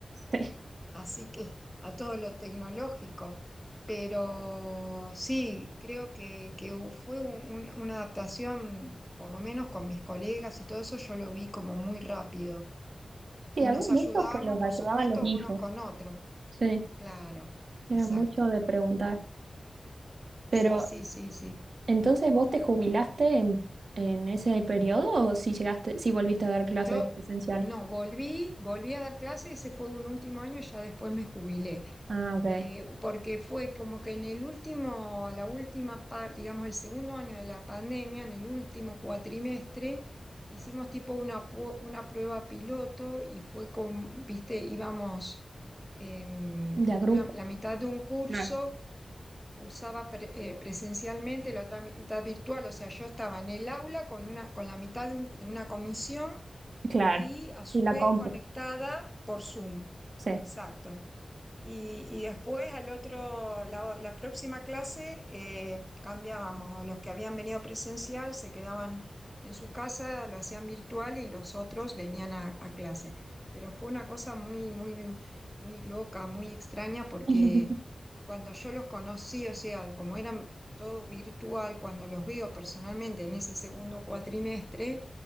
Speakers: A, on the right; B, in the centre.
A: Sí,
B: así que a todo lo tecnológico. Pero sí, creo que, que u- fue un- un- una adaptación, por lo menos con mis colegas y todo eso, yo lo vi como muy rápido.
A: Sí,
B: Y
A: había
B: nos
A: muchos
B: ayudábamos,
A: que los
B: por
A: ayudaban
B: supuesto,
A: los hijos.
B: unos con otros.
A: Sí,
B: Claro,
A: era
B: exacto.
A: mucho de preguntar. Pero
B: Sí, sí, sí, sí.
A: Entonces, ¿vos te jubilaste en, en ese periodo o si llegaste, si volviste a dar clases
B: Yo
A: presencial?
B: no, volví, volví a dar clases, ese fue un último año, y ya después me jubilé.
A: Ah, ok.
B: eh, porque fue como que en el último, la última parte, digamos, el segundo año de la pandemia, en el último cuatrimestre, hicimos tipo una, pu- una prueba piloto y fue con, viste, íbamos em,
A: De a grupos.
B: una, la mitad de un curso,
A: Claro.
B: cursaba pre- eh, presencialmente, la otra mitad virtual, o sea, yo estaba en el aula con, una, con la mitad de, un- de una comisión
A: Claro.
B: y a su
A: Y la
B: vez
A: compu.
B: conectada por Zoom.
A: Sí.
B: Exacto. Y, y después al otro, la, la próxima clase eh, cambiábamos. Los que habían venido presencial se quedaban en su casa, lo hacían virtual y los otros venían a, a clase. Pero fue una cosa muy, muy, muy loca, muy extraña porque
A: <laughs>
B: cuando yo los conocí, o sea, como eran todo virtual, cuando los veo personalmente en ese segundo cuatrimestre,